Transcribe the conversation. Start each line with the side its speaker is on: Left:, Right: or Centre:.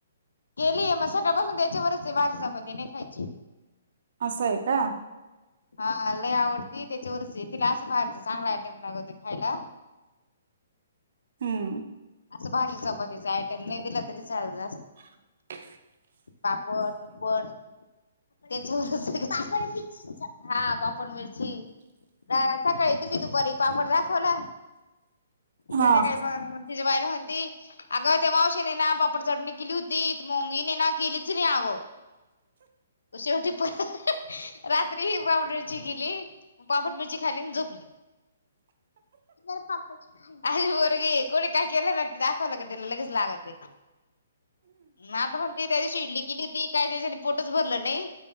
Left: केलीय, म सकाळपासून त्याच्यावरच हेय, भाजी चपाती नाही खायची.
Right: असं हाय का?
Left: हा लय आवडती त्याच्या वरच हेय. तिला असं बाहेरच चांगला आयटम लागवते खायला.
Right: हम्म.
Left: असं भाजी चपातीचा आयटम नाही दिला तरी चालल.
Right: <unintelligible>
Left: पापड, तूपड. <unintelligible> जायय सकाळी तुम्ही दुपारी पापड दाखवला, सध्याकाळी
Right: हा
Left: म तिची बायला म्हणती. अगं त्या मावशीने ना पापड चटणी केली होती, म मिनी नाही ना केलीच नाही अगं. शेवटी रात्री ही पापड- मिरची केली. पापड -मिरची खाली अन झोपली. जरा पापड खाली, अशी पोरगी. कुणी काय केल ना दाखवल का ते लगेच लागतय. आता म्हणती त्या दिवशी इडली केली होती काय त्येच्यानी पोटच भरलं नाही.